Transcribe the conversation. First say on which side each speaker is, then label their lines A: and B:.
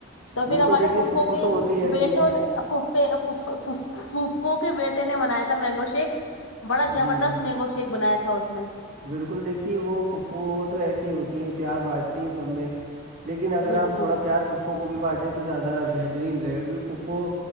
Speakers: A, on the left (about 85°); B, on the right (about 40°).
A: تو پھر
B: بالکل
A: ہمارے
B: دیکھیے
A: پھپو
B: پھوپھو
A: کے
B: تو ہوتی ایسی
A: بیٹوں
B: ہیں
A: نے پھپوکے بیٹے نے بنایا تھا مینگو شیک بڑا زبردست
B: جی جی
A: مینگو شیک بنایا تھا اس نے
B: بالکل دیکھیے وہ پھپو تو ایسی ہوتی ہیں پیار بانٹتی ہیں سب میں لیکن اگر آپ
A: بالکل
B: تھوڑا پیار پھپوکو بھی بانٹیں تو زیادہ بہتر ترین رہے گا کیونکہ پھپو